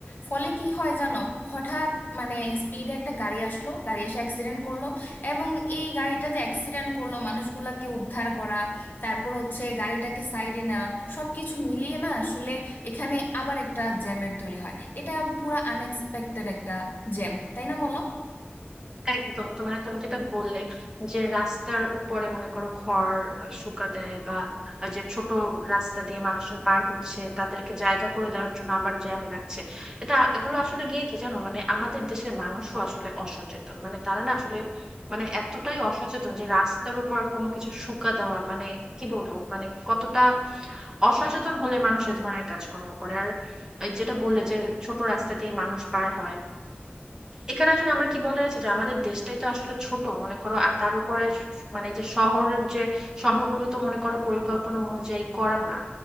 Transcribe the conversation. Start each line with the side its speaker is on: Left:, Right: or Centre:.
Left: ফলে কি হয় জানো হঠাৎ মানে স্পিডে একটা গাড়ি আসলো গাড়ি এসে অ্যাক্সিডেন্ট করলো এবং এই গাড়িটা যে অ্যাক্সিডেন্ট করলো মানুষগুলাকে উদ্ধার করা তারপর হচ্ছে গাড়িটাকে সাইডে নেওয়া সবকিছু মিলিয়ে না আসলে এখানে আবার একটা জ্যামের তৈরি হয় এটা পুরা আনএক্সপেক্টেড একটা জ্যাম তাই না বলো
Right: একদম তোমার তুমি যেটা বললে যে রাস্তার উপরে মনে করো খড় শুকা দেয় বা যে ছোট রাস্তা দিয়ে মানুষজন পার হচ্ছে তাদেরকে জায়গা করে দেওয়ার জন্য আবার জ্যাম লাগছে এটা এগুলো আসলে গিয়ে কি জানো মানে আমাদের দেশের মানুষও আসলে অসচেতন মানে তারা না আসলে মানে এতটাই অসচেতন যে রাস্তার উপর কোনো কিছু শুকা দেওয়া মানে কি বলবো মানে কতটা অসচেতন হলে মানুষ এ ধরনের কাজকর্ম করে আর ওই যেটা বললে যে ছোট রাস্তা দিয়ে মানুষ পার হয় এখানে আসলে আমার কি বলার আছে যে আমাদের দেশটাই তো আসলে ছোট মনে করো আর তার উপরে মানে এই যে শহরের যে শহরগুলো তো মনে করো পরিকল্পনা অনুযায়ী করা না